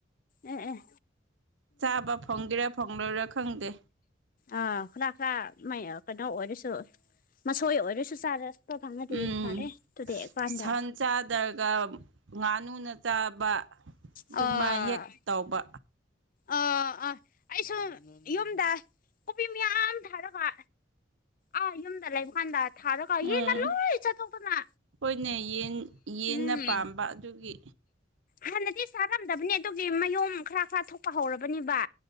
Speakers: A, on the left; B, on the right.
A: ꯎꯝ ꯎꯝ
B: ꯆꯥꯕ ꯐꯪꯒꯦꯔꯥ ꯐꯪꯂꯣꯏꯔꯥ ꯈꯪꯗꯦ
A: ꯑꯥ ꯈꯔ ꯈꯔ ꯀꯩꯅꯣ ꯑꯣꯏꯔꯁꯨ ꯃꯁꯣꯏ ꯑꯣꯏꯔꯁꯨ ꯆꯥꯔ ꯐꯪꯉꯗꯤ
B: ꯎꯝ
A: ꯐꯔꯦ ꯑꯗꯨꯗꯤ ꯑꯩꯀꯥꯟꯗ
B: ꯁꯆꯥꯥꯗꯔꯒ ꯉꯥꯅꯨꯅ ꯆꯥꯕ ꯑꯗꯨꯃ
A: ꯑꯥ
B: ꯌꯦꯛꯇ ꯇꯧꯕ
A: ꯑꯥ ꯑꯥ ꯑꯩꯁꯨ ꯌꯨꯝꯗ ꯀꯣꯕꯤ ꯃꯌꯥꯝ ꯊꯥꯔꯒ ꯑꯥ ꯌꯨꯝꯗ ꯂꯩꯕ ꯀꯥꯟꯗ ꯊꯥꯔꯒ
B: ꯎꯝ
A: ꯌꯦꯗ ꯂꯣꯏ ꯆꯠꯊꯣꯛꯇꯅ
B: ꯍꯣꯏꯅꯦ ꯌꯦꯟ ꯌꯦꯟꯅ
A: ꯎꯝ
B: ꯄꯥꯝꯕ ꯑꯗꯨꯒꯤ
A: ꯍꯥꯟꯅꯗꯤ ꯆꯥꯔꯝꯗꯕꯅꯤ ꯑꯗꯨꯒꯤ ꯃꯌꯨꯝꯝ ꯈꯔ ꯈꯔ ꯊꯣꯛꯄ ꯍꯧꯔꯕꯅꯤꯕ